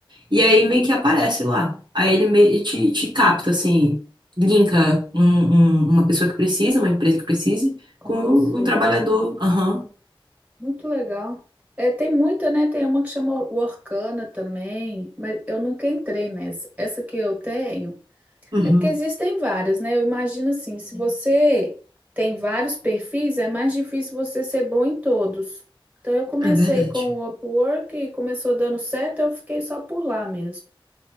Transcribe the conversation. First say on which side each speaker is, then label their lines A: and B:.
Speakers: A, on the right; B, on the right.
A: E aí meio que aparece lá. Aí ele meio te, te capta, assim, linka um- um- uma pessoa que precisa, uma empresa que precise,
B: com
A: com
B: você.
A: um trabalhador. Aham.
B: Muito legal. É, tem muita, né? Tem uma que chama Workana também, mas eu nunca entrei nessa. Essa que eu tenho.
A: Uhum.
B: É porque existem várias, né? Eu imagino assim, se você tem vários perfis, é mais difícil você ser bom em todos. Então eu comecei
A: É verdade.
B: com o Upwork e começou dando certo, eu fiquei só por lá mesmo.